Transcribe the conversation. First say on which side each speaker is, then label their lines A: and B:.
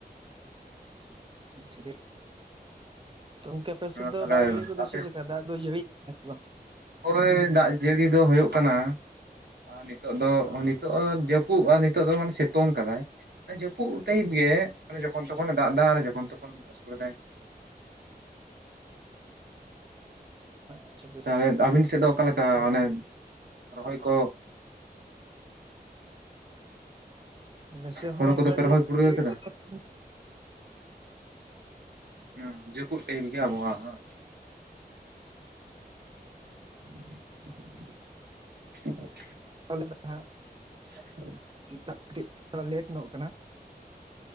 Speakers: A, on the right; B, on the right.
A: <inaudible> ᱛᱚ ᱜᱚᱝᱠᱮ ᱟᱯᱮ ᱥᱮᱜ ᱫᱚ
B: ᱛᱟᱦᱚᱞᱮ
A: ᱫᱟᱜ ᱡᱟᱹᱲᱤ ᱠᱚᱫᱚ
B: ᱟᱯᱮ
A: ᱪᱤᱜ ᱞᱮᱠᱟ ᱫᱟᱜ ᱫᱚ ᱡᱟᱹᱲᱤ ᱭᱮᱜᱟ ᱥᱮ ᱵᱟᱝ?
B: ᱯᱚᱨᱮ ᱫᱟᱜ ᱡᱟᱹᱲᱤ ᱫᱚ ᱦᱩᱭᱩᱜ ᱠᱟᱱᱟ ᱾ ᱟᱨ ᱱᱤᱛᱚᱜ ᱫᱚ ᱱᱤᱛᱚᱜ ᱡᱟᱹᱯᱩᱫ ᱟᱨ ᱱᱤᱛᱚᱜ ᱫᱚ ᱢᱟᱱᱮ ᱥᱤᱛᱩᱝ ᱠᱟᱫᱟᱭ ᱾ ᱡᱟᱹᱯᱩᱫ ᱴᱟᱭᱤᱯ ᱜᱮ ᱟᱱᱮ ᱡᱚᱠᱷᱚᱱ ᱛᱚᱠᱷᱚᱱᱮ ᱫᱟᱜ ᱮᱫᱟ ᱟᱨ ᱡᱚᱠᱷᱚᱱ ᱛᱚᱠᱷᱚᱱ ᱟᱹᱥᱩᱲᱮᱫᱟᱭ ᱾
A: ᱟᱪᱪᱷᱟ ᱵᱮᱥ
B: ᱛᱟᱦᱞᱮ ᱟᱵᱤᱱ ᱥᱮᱫ ᱫᱚ ᱚᱠᱟᱞᱮᱠᱟ ᱟᱱᱮ ᱨᱚᱦᱚᱭ ᱠᱚ?
A: ᱟᱞᱮᱥᱮᱫ
B: ᱦᱩᱲᱩ
A: ᱦᱚᱸ
B: ᱠᱚᱫᱚ
A: ᱚᱱᱠᱟᱜᱮ
B: ᱯᱮ ᱨᱚᱦᱚᱭ
A: ᱾
B: ᱠᱩᱲᱟᱹᱣ ᱠᱟᱫᱟ ᱦᱚᱸ ᱡᱟᱹᱯᱩᱫ ᱴᱟᱭᱤᱯ ᱜᱮ ᱟᱵᱚᱦᱟᱣᱟ ᱫᱚ᱾ <inaudible>
A: <inaudible>
B: <inaudible>
A: <inaudible> ᱠᱟᱹᱴᱤᱡ ᱛᱷᱚᱲᱟ ᱞᱮᱴ ᱧᱚᱜ ᱠᱟᱱᱟ ᱾